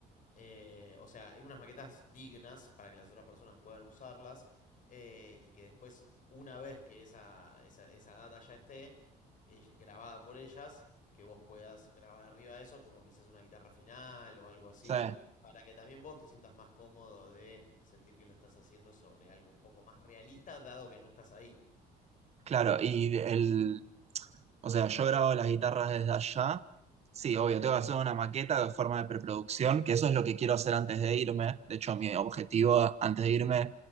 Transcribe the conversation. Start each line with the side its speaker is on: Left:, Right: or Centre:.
Left: eh, o sea, unas maquetas dignas para que las otras personas puedan usarlas eh, y que después, una vez que esa, esa, esa data ya esté eh, grabada por ellas, que vos puedas grabar arriba de eso, como quizás una guitarra final o algo así,
Right: sí.
Left: para que también vos te sientas más cómodo de sentir que lo estás haciendo sobre algo un poco más realista, dado que no estás ahí.
Right: Claro, y el, o sea, yo grabo las guitarras desde allá. Sí, obvio, tengo que hacer una maqueta de forma de preproducción, que eso es lo que quiero hacer antes de irme. De hecho, mi objetivo antes de irme